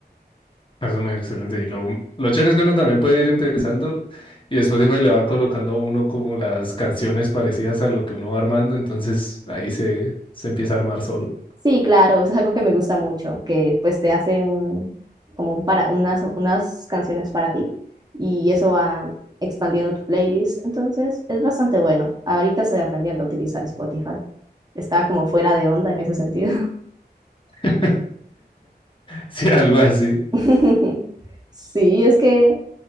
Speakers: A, on the left (about 30°); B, on the right (about 25°).
A: Eso es muy excelente. Y lo, lo chévere es que uno también puede ir empezando y Spotify le va colocando a uno como las canciones parecidas a lo que uno va armando. Entonces ahí se, se empieza a armar solo.
B: Sí, claro, eso es algo que me gusta mucho, que pues te hace un, como un para, unas, unas canciones para ti y eso va expandiendo tu playlist. Entonces es bastante bueno. Ahorita estoy aprendiendo a utilizar Spotify. Estaba como fuera de onda en ese sentido.
A: <laughs> Sí, algo así.
B: <laughs> Sí, es que